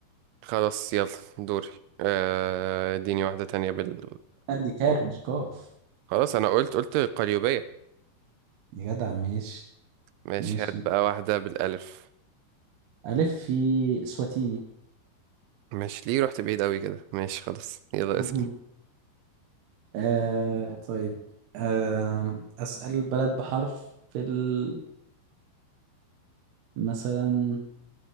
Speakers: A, on the right; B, on the right.
A: خلاص يلا دوري آه اديني واحدة تانية بال
B: لا دي كاف مش قاف
A: خلاص انا قلت قلت قليوبية
B: يا جدع ماشي
A: ماشي
B: ماشي
A: هات بقى واحدة بالألف
B: ألف في إسواتيني
A: ماشي ليه رحت بعيد قوي كده ماشي خلاص يلا
B: مهم.
A: اسأل
B: آه طيب آه أسأل بلد بحرف في ال... مثلا